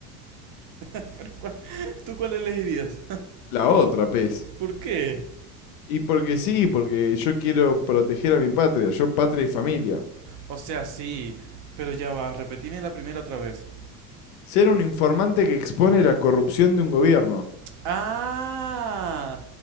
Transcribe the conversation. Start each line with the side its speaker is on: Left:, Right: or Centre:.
Right: <laughs> ¿cuál- ¿Tú cuál elegirías?
Left: La otra, pez.
Right: <laughs> ¿Por qué?
Left: Y porque sí, porque yo quiero proteger a mi patria, yo patria y familia.
Right: O sea, sí, pero ya va, repetime la primera otra vez.
Left: Ser un informante que expone la corrupción de un gobierno.
Right: Ah,